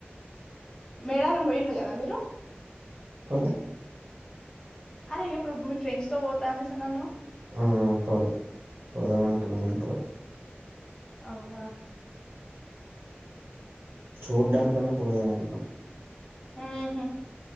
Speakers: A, on the left; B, on the right.
A: మేడారం పోయిన్లు కదా మీరు
B: అవునా
A: అరె ఎప్పుడో మీ ఫ్రెండ్స్ తో పోతా అనేసినీ అన్నావ్
B: ఆ పోలే పోదాం అంటున్న కానీ పోలే
A: అవున
B: చూడ్డానికన్నా పోదాం అనుకోన
A: ఊ హు